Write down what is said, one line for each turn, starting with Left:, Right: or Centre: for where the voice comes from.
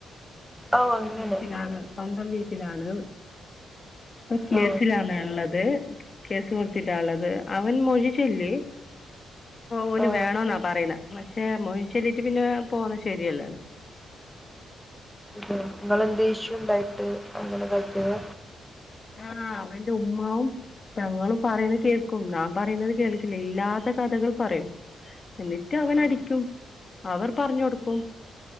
Centre: ഓ
Left: ഇപ്പൊ
Centre: അങ്ങനെ
Left: വീട്ടിലാണ് സ്വന്തം വീട്ടിലാണ്ന്ന് ഇപ്പൊ കേസിലാണ്
Centre: ആ
Left: ഉള്ളത്. അത് കേസ് കൊടുത്തിട്ടാ ഉള്ളത്. അവൻ മൊഴിചൊല്ലി ഓന്
Centre: ആ
Left: വേണന്നാ പറയുന്നെ പക്ഷേ മോഹി ചെല്ലീട്ട് പിന്നെ പോവന്ന് ശരിയല്ല
Centre: ശ നിങ്ങളന്ത ഇഷു ഉണ്ടായിട്ട് അങ്ങന ആക്കിയത
Left: ആഹ് അവന്റെ ഉമ്മാവും ഞങ്ങളും പറയുന്നത് കേൾക്കും ൻ പറയുന്നത് കേൾക്കില്ല ഇല്ലാത്ത കഥകൾ പറയും എന്നിട്ട് അവൻടിക്കും
Centre: ആ,
Left: അവർ പറഞ്ഞു കൊടുക്കും